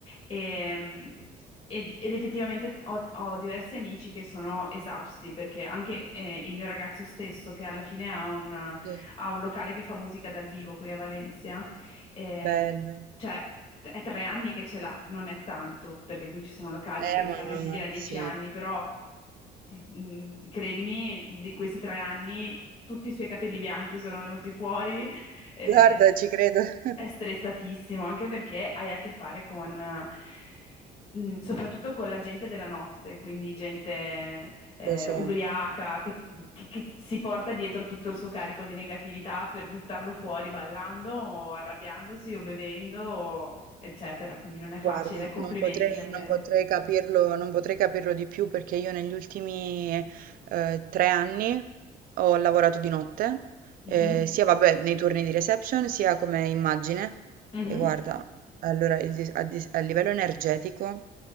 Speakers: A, on the left (about 35°); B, on the right (about 55°).
A: e, e- ed effettivamente ho, ho diversi amici che sono esausti perché anche eh, il mio ragazzo stesso, che alla fine ha un,
B: sì.
A: ha un locale che fa musica dal vivo qui a Valencia, ehm,
B: Bello.
A: cioè è tre anni che ce l'ha, non è tanto perché qui ci sono locali
B: Eh,
A: che stanno
B: ma
A: in piedi da dieci
B: sì.
A: anni, però ti- mh, credimi, di questi tre anni tutti i suoi capelli bianchi sono venuti fuori. eh,
B: Guarda, ci credo. <laughs>
A: è stressatissimo, anche perché hai a che fare con, eh, mh, soprattutto con la gente della notte, quindi gente eh,
B: Lo so.
A: ubriaca che, che- che si porta dietro tutto il suo carico di negatività per buttarlo fuori ballando o arrabbiandosi o bevendo, o eccetera. Quindi non è facile.
B: Guarda,
A: Complimenti
B: non potrei,
A: davvero.
B: non potrei capirlo, non potrei capirlo di più perché io negli ultimi eh, tre anni ho lavorato di notte,
A: Mhm,
B: eh, sia vabbè, nei turni di reception, sia come immagine.
A: mhm.
B: E guarda, allora il dis- a, dis- a livello energetico,